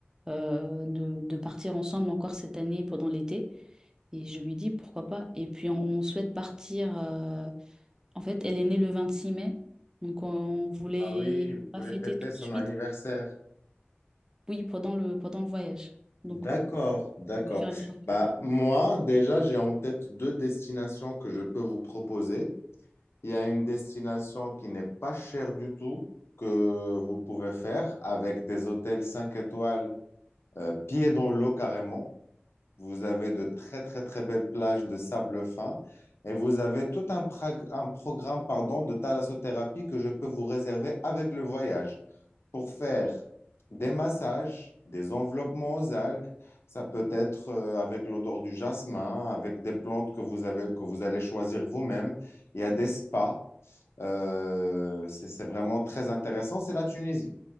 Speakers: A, on the right; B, on the left.
A: euh, de, de partir ensemble encore cette année pendant l'été. Et je lui dis pourquoi pas. Et puis on souhaite partir. euh, en fait, elle est née le 26 mai, donc on voulait
B: Ah oui, vous
A: pas
B: voulez
A: fêter
B: fêter
A: tout
B: son
A: de suite.
B: anniversaire.
A: Oui, pendant le, pendant le voyage. Donc
B: D'accord,
A: euh, voilà,
B: d'accord.
A: lui faire une surprise.
B: Bah, moi, déjà, j'ai en tête deux destinations que je peux vous proposer. Il y a une destination qui n'est pas chère du tout, que vous pouvez faire avec des hôtels 5 étoiles, euh, pieds dans l'eau carrément. Vous avez de très, très, très belles plages de sable fin. Et vous avez tout un, prag- un programme, pardon, de thalassothérapie que je peux vous réserver avec le voyage pour faire des massages, des enveloppements aux algues. Ça peut être euh, avec l'odeur du jasmin, avec des plantes que vous avez, que vous allez choisir vous-même. Il y a des spas. Euh, c'est c'est vraiment très intéressant. C'est la Tunisie